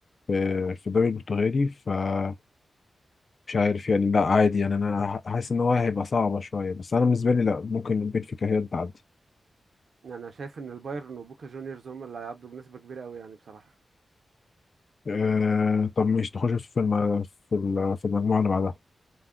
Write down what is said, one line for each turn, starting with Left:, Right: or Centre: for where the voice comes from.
Left: في في الدوري البرتغالي فمش عارف يعني لا عادي يعني أنا حاسس إن هو هيبقى صعبة شوية بس أنا بالنسبة لي لا ممكن بنفيكا هي اللي تعدي
Right: انا شايف ان البايرن وبوكا جونيورز هم اللي هيعدوا بنسبه كبيره قوي يعني بصراحه
Left: آه طب مش نخش في الم... في ال- في المجموعة اللي بعدها